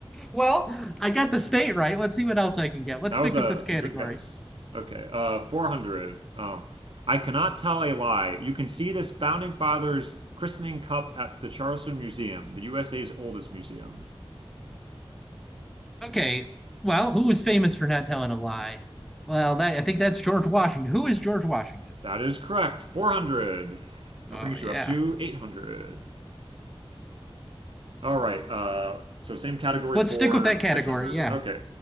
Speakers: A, in the centre; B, on the right.
A: Well, I got the state right. Let's see what else I can get. Let's
B: That
A: stick
B: was a
A: with this category.
B: good guess. Okay, uh 400. Um I cannot tell a lie. You can see this founding father's christening cup at the Charleston Museum, the USA's oldest museum.
A: Okay. Well, who is famous for not telling a lie? Well, that I think that's George Washington. Who is George Washington?
B: That is correct. 400.
A: Oh
B: That brings
A: yeah.
B: you up to 800. All right. Uh so same category
A: Let's
B: for
A: stick with that category.
B: 600.
A: Yeah.
B: Okay.